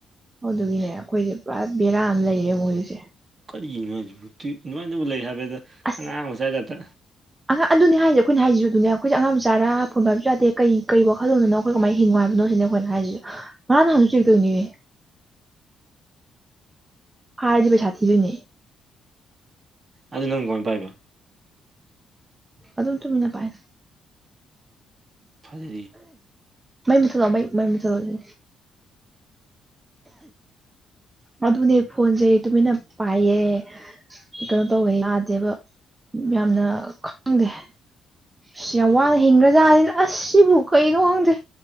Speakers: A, on the right; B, on the right.
A: ꯑꯗꯨ ꯑꯗꯨꯒꯤꯅꯦ ꯑꯩꯈꯣꯏꯁꯦ ꯄꯨꯔꯥ ꯕꯦꯔꯥ ꯑꯃ ꯂꯩꯔꯦ ꯃꯣꯏ ꯍꯧꯖꯤꯛꯁꯦ
B: ꯑꯩꯣꯏꯒꯤꯅꯨꯡ ꯅꯨꯡꯉꯥꯏꯕ ꯂꯩ ꯍꯥꯏꯕ ꯑꯗ
A: ꯑꯁ
B: ꯑꯉꯥꯡ ꯃꯆꯥꯗꯥꯛꯇ
A: ꯑꯉꯥꯡ ꯑꯗꯨꯅꯦ ꯍꯥꯏꯁꯦ ꯑꯩꯈꯣꯏꯅ ꯍꯥꯏꯁꯤꯁꯨ ꯑꯗꯨꯅꯦ ꯑꯩꯈꯣꯏꯁ ꯑꯉꯥꯡ ꯃ ꯆꯆꯥꯔꯥ ꯐꯣꯟꯕ ꯍꯥꯏꯕꯁꯨꯥꯗꯦ ꯀꯩ ꯀꯩ ꯋꯥꯈꯜꯂꯣꯟꯗꯅꯣ ꯑꯩꯈꯣꯏ ꯀꯃꯥꯏꯅ ꯍꯤꯡꯕ ꯍꯥꯏꯕꯅꯣ ꯁꯤꯅꯦ ꯑꯩꯈꯣꯏꯅ ꯍꯥꯏꯔꯤꯁꯤꯁꯨ ꯅꯍꯥꯟ ꯅꯍꯥꯟꯁꯨ ꯆꯦꯛ ꯇꯧꯅꯤꯌꯦ
B: <inaudible>
A: ꯍꯥꯏꯔꯗꯤꯕ ꯁꯥꯊꯤꯗꯨꯅꯦ
B: ꯑꯗꯨ ꯅꯪ ꯀꯃꯥꯏꯅ ꯄꯥꯏꯕ
A: ꯑꯗꯨ ꯑꯗꯨꯝ ꯇꯃꯤ ꯅꯄꯥꯏ
B: ꯐꯖꯔꯤ
A: ꯃꯩ ꯃꯊꯗ ꯃꯩ ꯃꯥꯏ ꯃꯊꯗꯧꯁꯦ ꯑꯗꯨꯅꯦ ꯐꯣꯟꯁꯦ ꯇꯨꯃꯤꯟꯅ ꯄꯥꯏꯌꯦ ꯀꯩꯅꯣ ꯇꯧꯋꯦ ꯌꯥꯗꯦꯕ ꯌꯥꯝꯅ ꯈꯪꯗꯦ ꯑꯁ ꯌꯥꯝ ꯋꯥꯅ ꯍꯤꯡꯈ꯭ꯔꯖꯥꯠꯅꯤꯅ ꯑꯁꯤꯁ ꯁꯤꯕꯨ ꯀꯩꯅꯣ ꯈꯪꯗꯦ